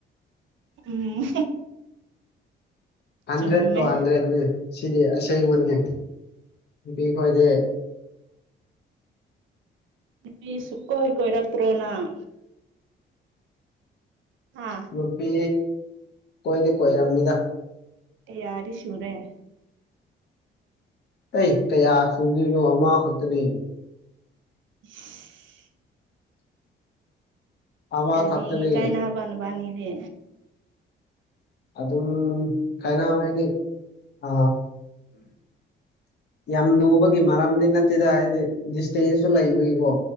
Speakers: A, on the right; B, on the left.
A: ꯎꯝ
B: ꯍꯟꯗ꯭ꯔꯦꯠ
A: ꯆꯨꯝꯃꯦ
B: ꯇꯣ ꯍꯟꯗ꯭ꯔꯦꯠꯅꯦ ꯁꯤꯗꯤ ꯑꯁꯦꯡꯕꯅꯤ ꯅꯨꯄꯤꯈꯣꯏꯗꯤ
A: ꯅꯨꯄꯤ ꯁꯨꯛꯀꯣꯏ ꯀꯣꯏꯔꯛꯇ꯭ꯔꯣ ꯅꯪ ꯍꯥ
B: ꯅꯨꯨꯄꯤ ꯀꯣꯏꯗꯤ ꯀꯣꯏꯔꯝꯃꯤꯗ
A: ꯀꯌꯥꯗꯤ ꯁꯨꯔꯦ
B: ꯀꯩ ꯀꯌꯥ ꯁꯨꯗꯣꯢꯅꯣ ꯑꯃꯈꯛꯇꯅꯤ
A: <inaudible>
B: ꯑꯃ
A: ꯀꯔꯤꯒꯤ
B: ꯈꯛꯇꯅꯦ
A: ꯀꯥꯏꯅꯕ ꯅꯕꯅꯤꯗꯤ
B: ꯑꯗꯨꯝ ꯀꯥꯏꯅ ꯍꯥꯏꯗꯤ ꯑ ꯌꯥꯝ ꯂꯨꯕꯒꯤ ꯃꯔꯝꯗꯤ ꯅꯠꯇꯦꯗ ꯍꯥꯏꯗꯤ ꯗꯤꯁꯇꯦꯟꯁꯁꯨ ꯂꯩꯕꯒꯤꯀꯣ